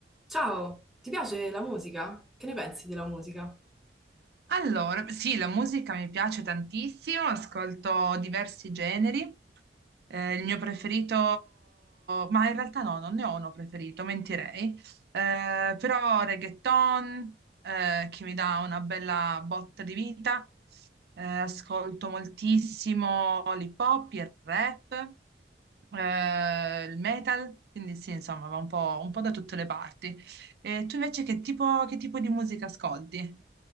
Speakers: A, in the centre; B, on the right.
A: Ciao, ti piace la musica? Che ne pensi della musica?
B: Allora, sì, la musica mi piace tantissimo, ascolto diversi generi. Eh, il mio preferito, ma in realtà no, non ne ho uno preferito, mentirei. Eh, però reggaeton, eh, che mi dà una bella botta di vita. Eh, ascolto moltissimo l'hip hop, il rap, eh, il metal, quindi sì, insomma, va un po', un po' da tutte le parti. E tu invece che tipo, che tipo di musica ascolti?